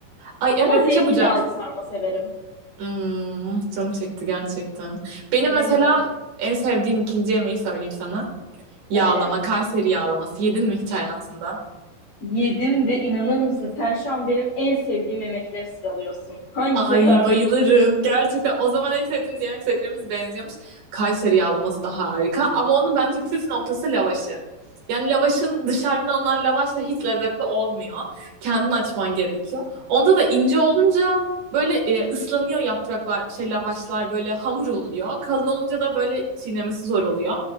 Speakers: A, on the right; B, on the left.
A: Ay evet
B: Ama zeytinyağlı
A: çabucak.
B: sarma severim.
A: Hmm, canım çekti gerçekten. Benim
B: Benim
A: mesela
B: de canım çekti
A: en sevdiğim ikinci yemeği söyleyeyim sana. Yağlama,
B: söyle.
A: Kayseri yağlaması. Yedin mi hiç hayatında?
B: Yedim ve inanır mısın sen şu an benim en sevdiğim yemekleri sıralıyorsun. Hangisine
A: Ay
B: karar
A: bayılırım.
B: vereceğim
A: Gerçekten o zaman en sevdiğimiz yemek setlerimiz benziyormuş. Kayseri yağlaması da harika. Ama onun bence püf noktası lavaşı. Yani lavaşın dışarıdan alınan lavaşla hiç lezzetli olmuyor. Kendin açman gerekiyor. Onda da ince olunca böyle e, ıslanıyor yapraklar, şey lavaşlar böyle hamur oluyor. Kalın olunca da böyle çiğnemesi zor oluyor.